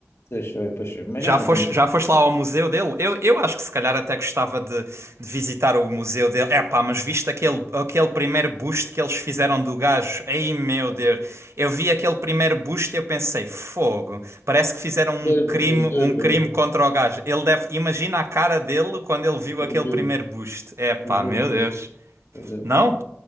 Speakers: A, on the left (about 65°); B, on the right (about 70°).
A: Deixa eu, deixa eu, mas
B: Já
A: já não
B: foste,
A: tenho. piada.
B: já foste lá ao museu dele? Eu, eu acho que se calhar até gostava de, de visitar o museu dele. É pá, mas viste aquele, aquele primeiro busto que eles fizeram do gajo? Ei meu Deus! Eu vi aquele primeiro busto e eu pensei, fogo! Parece que fizeram um
A: Horrível,
B: crime, um crime
A: horrível,
B: contra o gajo. Ele deve, imagina a cara dele quando ele viu
A: horrível,
B: aquele primeiro busto. É pá,
A: horrível,
B: meu Deus!
A: horrível.
B: Não?